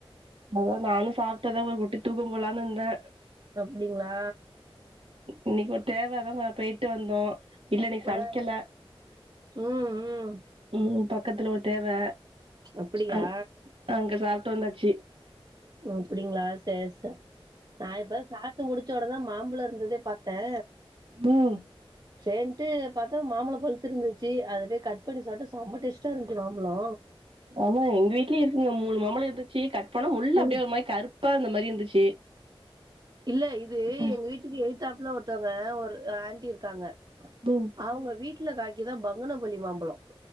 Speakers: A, on the right; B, on the right.
A: அதா நானு சாப்ட்டதா ஒரு குட்டி தூக்கோ போலான்னு இருந்தே
B: அப்டிங்களா
A: இன்னைக்கி ஒரு தேவ அதா நா போயிட்டு வந்தோ இல்ல இன்னைக்கி சமைக்கல
B: ஆ ம் ம்
A: ம் பக்கத்துல ஒரு தேவ
B: அப்டியா
A: அங் அங்க சாப்பிட்டு வந்தாச்சு
B: ஓ அப்டிங்களா சேர் சே நா இப்ப சாப்ப ட்டு முடிச்சோடனேதா மாம்புழ இருந்ததே பாத்தே
A: ம்
B: சேர்ன்ட்டு பாத்தா மாம்பழோ பழுத்துருந்துச்சு அத போய் கட் பண்ணி சாப்ட்டா சம்ம டேஸ்ட்டாருந்துச்சு மாம்பழோ
A: ஆமா எங்க வீட்லயு இருக்குங்க மூணு மாம்பளோஇருந்துச்சு கட்போனா உள்ள
B: ம்
A: அப்டியே ஒரு மாரி கருப்பாருந்த மாரி இருந்துச்சு
B: இல்ல இது
A: ம்
B: எங்க வீட்டுக்கு எய்தாப்ல ஒருத்தவுங்க ஒரு ஆண்டி இருக்காங்க
A: ம்
B: அவங்க வீட்ல காக்கிதா பங்கனபலி மாம்பழோ